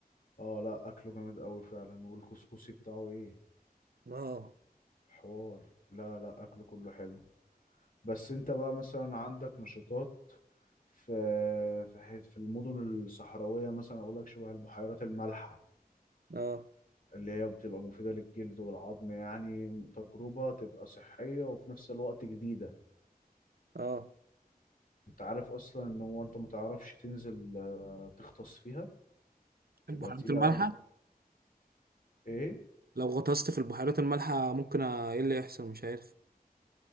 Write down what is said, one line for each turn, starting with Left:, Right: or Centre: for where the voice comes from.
Left: اه لا اكله جامد قوي فعلا والكسكسي بتاعه ايه
Right: اه
Left: حوار لا لا اكله كله حلو بس انت بقى مثلا عندك نشاطات في في حي- في المدن الصحراوية مثلا اقول لك شبه البحيرات المالحة
Right: اه
Left: اللي هي بتبقى مفيدة للجلد والعظم يعني تجربة تبقى صحية وفي نفس الوقت جديدة
Right: اه
Left: انت عارف اصلا ان هو انت متعرفش تنزل آه، تغطس فيها
Right: البهارات
Left: تبقى تقيلة
Right: المالحة
Left: قوي ايه
Right: لو غطست في البحيرات المالحة ممكن أ- ايه اللي يحصل مش عارف